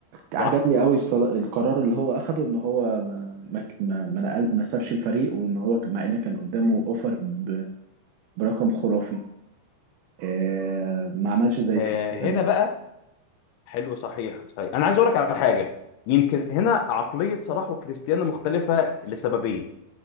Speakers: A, on the right; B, on the left.
A: عجبني
B: صح
A: قوي الصلا- القرار اللي هو اخده ان هو ما ما ما ما, نقل ما سابش الفريق وان هو مع ان كان قدامه اوفر ب- برقم خرافي آه، ما عملش زي
B: آه
A: كريستيانو
B: هنا بقى حلو صحيح صحيح انا عايز اقول لك على حاجه يمكن هنا عقليه صلاح وكريستيانو مختلفه لسببين